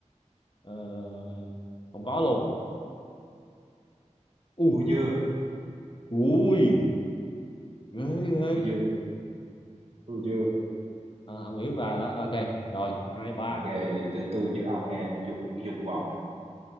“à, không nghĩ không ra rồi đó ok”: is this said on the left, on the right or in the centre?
Left